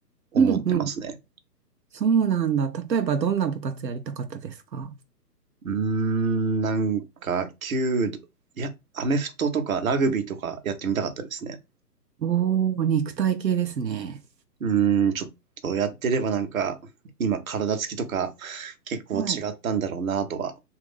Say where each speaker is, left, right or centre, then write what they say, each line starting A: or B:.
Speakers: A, on the right (about 55°); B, on the right (about 85°).
A: 思ってますね。
B: うん。そうなんだ。例えばどんな部活やりたかったですか
A: うーん、なんか、弓道、いや、アメフトとかラグビーとかやってみたかったですね。
B: おー、肉体系ですね。
A: うーん、ちょっとやってればなんか、今体つきとか結構違ったんだろうなとは
B: はい。